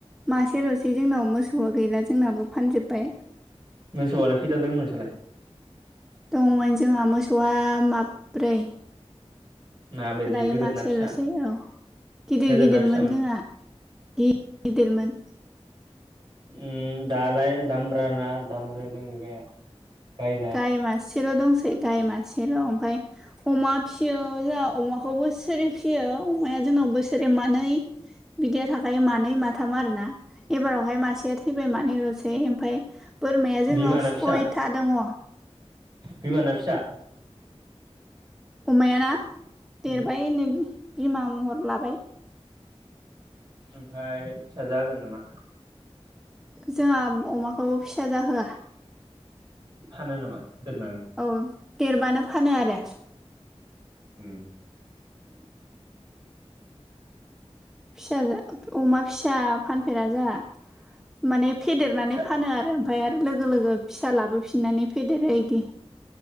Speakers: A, in the centre; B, on the right.
A: मासेल'सै जोंनाव मोसौआ गैला जोंनाबो फानजोबबाय
B: मोसौवालाय खैता दोङो नोंसालाय
A: दंमोन जोंहा मोसौआ माब्रै
B: माबायदि
A: दायो
B: गोदोर
A: मासेल'सै
B: ना फिसा
A: औ गिदिर
B: गोदोरना
A: गिदिरमोन
B: फिसामोन
A: जोंहा गि-गिदिरमोन
B: उम दालाय दामब्राना दामब्रा दोङो गाया गायना
A: गाय मासेल' दंसै गाय मासेल' ओमफाय अमा फिसियो जोंहा अमाखौ बोसोरै फिसियो अमाया जोंनाव बोसोरे मानै बिदिया थाखायो मानै माथाम आरोना एबारावहाय मासेया थैबाय मानैल'सै ओमफाय बोरमाया जोंनाव
B: बिमाना
A: सयथा
B: फिसा
A: दङ'
B: बिमाना फिसा
A: अमायाना देरबाय
B: उम
A: नो बिमा महर लाबाय
B: ओमफाय फिसा जाहोगोन नामा
A: जोंहा अमाखौ फिसा जाहोआ
B: फानो नामा दोननानै
A: औ देरबानो फानो आरो
B: उम
A: उम फिसा अमा फिसा फानफेरा जोंहा माने फेदेरनानै
B: फिसा
A: फानो आरो ओमफफ्राय आरो लोगो लोगो फिसा लाबोफिननानै फेदेरो एदि